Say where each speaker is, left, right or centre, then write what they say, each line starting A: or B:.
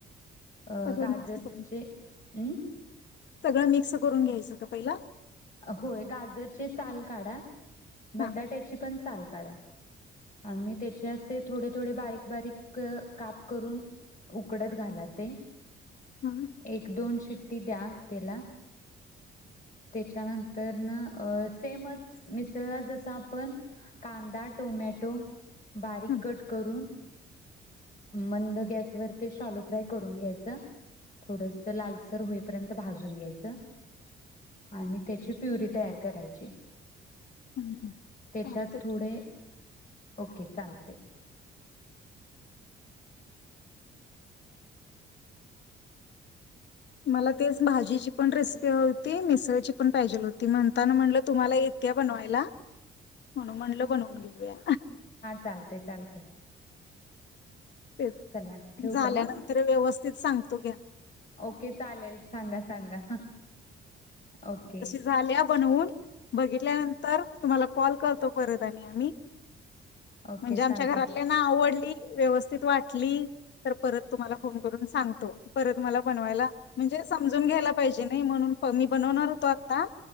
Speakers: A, on the left (about 40°); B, on the left (about 60°).
A: अ
B: सगळं
A: गाजरचे
B: मिक्स करून
A: अं?
B: सगळं मिक्स करून, घ्यायचं का पहिल?
A: होय गाजरचे साल काढा, बटाट्याची
B: हा
A: पण साल काढा आणि त्याच्यास ते थोडे-थोडे, बारीक-बारीक, क-काप करून, उकडत घाला, ते.
B: हं.
A: एक- दोन शिट्टी द्या, त्याला त्याच्यानंतर ना, अ सेमच मिसळला, जसं आपण कांदा, टोमॅटो, बारीक
B: हम्म.
A: कट करून मंद गॅसवर, ते शालो फ्राय करून घ्यायचं, थोडंसं लालसर होई पर्यंत भाजून घ्यायचं, आणि त्याची प्युरी, तयार करायची.
B: हम्म.
A: त्याच्यात
B: चालते
A: थोडे, ओके चालतय
B: मला तेच, माजीची पण रेसिपी हवी होती, मिसळची पण पाहिजेल होती, म्हणताना म्हणलं, तुम्हाला ये येतीया बनवायला म्हणून म्हणलं बनवून घेऊया.
A: चालतंय चालतंय
B: तेचं
A: चला ठेवू
B: झाल्यानंतर
A: का मग
B: व्यवस्थित सांगतो घ्यां
A: ओके चालेल सांगा सांगा ओके
B: झाल्यां बनवूंन बघितल्यानंतर तुम्हांला कॉल करतो परंत आणि आम्हीं
A: ओके
B: म्हणजे
A: चालते
B: आमच्यां घरांतली त्यांना आवडली व्यवस्थित वाटली तरं परंत तुम्हांला फोन करूंन सांगतो. परंत मलां बनवांयला म्हणजे समजूंन घ्यायंला पाहिजे नई म्हणूंन मी बनवणांर होतो आंता